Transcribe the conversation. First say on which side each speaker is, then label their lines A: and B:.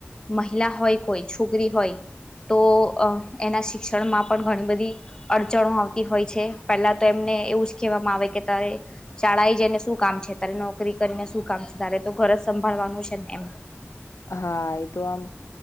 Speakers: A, on the left (about 15°); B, on the left (about 80°).
A: મહિલા હોય કોઈ છોકરી હોય
B: <inaudible>
A: તો અહ એના શિક્ષણમાં પણ ઘણી બધી અડચણો આવતી હોય છે પહેલાં તો એમને એવું જ કહેવામાં આવે કે તારે શાળા એ જઈને શું કામ છે, તારે નોકરી કરીને શું કામ છે, તારે તો ઘર સંભાળવાનું છે ને એમ.
B: હા એ તો આમ